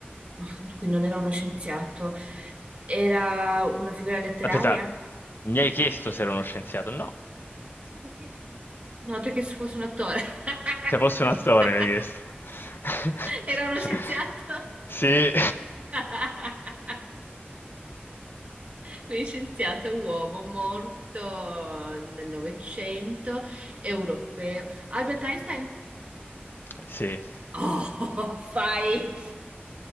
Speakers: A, on the right; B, on the left.
A: <laughs> quindi non era uno scienziato, era una figura letteraria?
B: Aspetta, mi hai chiesto se ero uno scienziato? No,
A: Sì, ti ho chiesto. No, perché se fosse un attore. <laughs>
B: se fossi un attore mi hai chiesto. <laughs>
A: Era uno scienziato.
B: Sì.
A: <laughs> Quindi scienziato uomo morto nel Novecento, europeo. Albert Einstein?
B: Sì.
A: Oh, <laughs> fai!